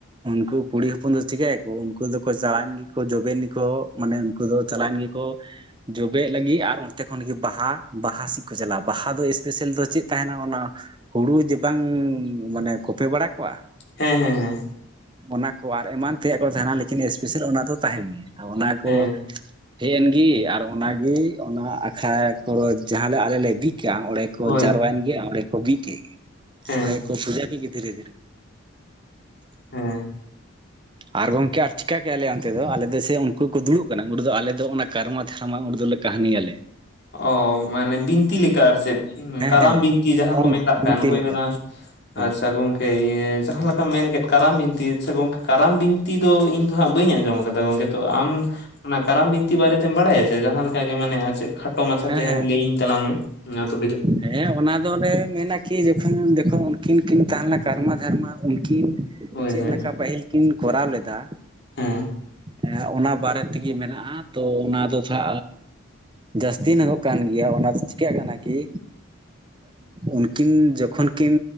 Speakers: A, on the right; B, on the left.
A: ᱩᱱᱠᱩ ᱠᱩᱲᱤ ᱦᱚᱯᱚᱱ ᱫᱚ ᱪᱤᱠᱟᱹᱭᱟᱠᱚ ᱩᱱᱠᱩ ᱫᱚᱠᱚ ᱪᱟᱞᱟᱣᱮᱱ ᱜᱮᱠᱚ ᱡᱚᱵᱮᱱ ᱜᱮᱠᱚ ᱢᱟᱱᱮ ᱩᱱᱠᱩ ᱫᱚ ᱪᱟᱞᱟᱣᱮᱱ ᱜᱮᱠᱚ ᱠᱚ ᱡᱚᱵᱮᱜ ᱞᱟᱹᱜᱤᱫ ᱟᱨ ᱚᱱᱛᱮ ᱠᱷᱚᱱ ᱜᱮ ᱵᱟᱦᱟ ᱵᱟᱦᱟ ᱥᱮᱫ ᱠᱚ ᱪᱟᱞᱟᱜᱼᱟ ᱵᱟᱦᱟ ᱫᱚ ᱮᱥᱯᱮᱥᱟᱞ ᱫᱚ ᱪᱮᱫ ᱛᱟᱦᱮᱱᱟ ᱚᱱᱟ ᱦᱩᱲᱩ ᱡᱮ ᱵᱟᱝ ᱢᱟᱱᱮ ᱠᱚᱯᱮ ᱵᱟᱲᱟ ᱠᱚᱜᱣᱟ
B: ᱦᱮᱸ ᱦᱮᱸ ᱦᱮᱸ
A: ᱚᱱᱟ ᱠᱚ ᱟᱨ ᱮᱢᱟᱱ ᱛᱮᱭᱟᱜ ᱠᱚ ᱛᱟᱦᱮᱱᱟ ᱞᱮᱠᱤᱱ ᱮᱥᱯᱮᱥᱟᱞ ᱚᱱᱟ ᱫᱚ ᱛᱟᱦᱮᱱ ᱜᱮᱭᱟ ᱚᱱᱟ ᱠᱚ
B: ᱦᱮᱸ
A: ᱦᱮᱡ ᱮᱱᱜᱤ ᱟᱨ ᱚᱱᱟᱜᱮ ᱚᱱᱟ ᱟᱠᱷᱚᱲᱟ ᱠᱷᱚᱨᱚᱪ ᱡᱟᱦᱟᱸᱞᱮ ᱟᱞᱮ ᱞᱮ ᱵᱤᱫᱽ ᱚᱸᱰᱮ ᱠᱚ
B: ᱦᱳᱭ
A: ᱡᱟᱨᱣᱟᱭᱮᱱ ᱜᱮᱭᱟ ᱚᱸᱰᱮ ᱠᱚ ᱵᱤᱫ ᱠᱮᱫ ᱜᱮ
B: ᱦᱮᱸ
A: ᱚᱸᱰᱮ ᱠᱚ ᱯᱩᱡᱟ ᱠᱮᱫ ᱜᱮ ᱫᱷᱤᱨᱮ ᱫᱷᱤᱨᱮ
B: ᱦᱮᱸ
A: ᱟᱨ ᱜᱚᱢᱠᱮ ᱟᱪᱠᱟᱜᱮ ᱟᱞᱮ ᱚᱱᱛᱮ ᱫᱚ ᱟᱞᱮ ᱫᱚ ᱥᱮ ᱩᱱᱠᱩ ᱠᱚ ᱫᱩᱲᱩᱵ ᱠᱟᱱᱟ ᱩᱱᱸᱰᱮ ᱫᱚ ᱟᱞᱮ ᱫᱚ ᱚᱱᱟ ᱠᱨᱢᱟ ᱫᱚᱨᱢᱟ ᱩᱱ ᱫᱚ ᱠᱟᱦᱟᱱᱤ ᱟᱞᱮ
B: ᱚ ᱢᱟᱱᱮ ᱵᱤᱱᱛᱤ ᱞᱮᱠᱟ ᱟᱨ ᱪᱮᱫ
A: ᱦᱮᱸ
B: ᱠᱟᱨᱟᱢ
A: ᱦᱮᱸ
B: ᱵᱤᱱᱛᱤ ᱡᱟᱦᱟᱸ
A: ᱠᱟᱨᱟᱢ
B: ᱠᱚ ᱢᱮᱛᱟᱜ
A: ᱵᱤᱱᱛᱤ
B: ᱠᱟᱱ ᱦᱳᱭ
A: ᱞᱮᱠᱟ
B: ᱚᱱᱟ
A: ᱦᱮᱸ
B: ᱟᱪᱪᱷᱟ ᱜᱚᱝᱠᱮ ᱡᱟᱦᱟᱸ ᱞᱮᱠᱟᱢ ᱢᱮᱱ ᱠᱮᱫ ᱠᱟᱨᱟᱢ ᱵᱤᱱᱛᱤ ᱥᱮ ᱜᱚᱝᱠᱮ ᱠᱟᱨᱟᱢ ᱵᱤᱱᱛᱤ ᱫᱚ ᱤᱧ ᱫᱚ ᱦᱟᱸᱜ ᱵᱟᱹᱧ ᱟᱸᱡᱚᱢ ᱠᱟᱫᱟ ᱜᱚᱝᱠᱮ ᱛᱚ ᱟᱢ ᱚᱱᱟ ᱠᱟᱨᱟᱢ ᱵᱤᱱᱛᱤ ᱵᱟᱨᱮᱛᱮᱢ ᱵᱟᱲᱟᱭ ᱟᱪᱮ ᱡᱟᱦᱟᱸ ᱞᱮᱠᱟ ᱜᱮ ᱢᱟᱱᱮ ᱟ ᱪᱮ ᱠᱷᱟᱴᱚ ᱢᱟᱪᱷᱟᱛᱮ
A: ᱦᱮᱸ ᱦᱮᱸ
B: ᱞᱟᱹᱭᱟᱹᱧ ᱛᱟᱞᱟᱝ ᱢᱮ ᱱᱟᱫᱩ
A: ᱦᱮᱸ ᱚᱱᱟ ᱫᱚᱞᱮ ᱢᱮᱱᱟ ᱠᱤ ᱡᱚᱠᱷᱚᱱ ᱡᱠᱷᱚᱱ ᱩᱱᱠᱤᱱ ᱠᱤᱱ ᱛᱟᱦᱮᱸᱞᱱᱟ ᱠᱟᱨᱢᱟ ᱫᱷᱟᱨᱢᱟ ᱩᱱ ᱠᱤᱱ
B: ᱦᱳᱭ
A: ᱪᱮᱫ
B: ᱦᱳᱭ
A: ᱞᱮᱠᱟ ᱯᱟᱹᱦᱤᱞ ᱠᱤᱱ ᱠᱚᱨᱟᱣ ᱞᱮᱫᱟ
B: ᱦᱮᱸ
A: ᱦᱸ ᱚᱱᱟ ᱵᱟᱨᱮ ᱛᱮᱜᱮ ᱢᱮᱱᱟᱜᱼᱟ ᱛᱚ ᱚᱱᱟ ᱫᱚ ᱛᱟ ᱡᱟᱹᱥᱛᱤ ᱧᱚᱜᱚᱜ ᱠᱟᱱ ᱜᱮᱭᱟ ᱚᱱᱟ ᱫᱚ ᱪᱤᱠᱟᱹᱜ ᱠᱟᱱᱟ ᱠᱤ ᱩᱱᱠᱤᱱ ᱡᱚᱠᱷᱚᱱ ᱠᱤᱱ